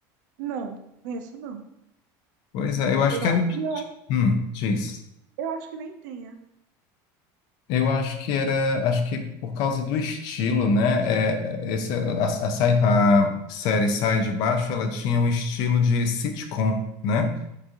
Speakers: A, on the right (about 85°); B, on the left (about 45°).
A: Não, conheço não.
B: Pois é, eu acho
A: Eu,
B: que
A: a-
B: era o.
A: eu, acho-
B: Hum, diz.
A: eu acho que nem tenha.
B: Eu acho que era, acho que por causa do estilo, né? É, é, esse, a, a sai- a série Sai de Baixo, ela tinha o estilo de sitcom, né?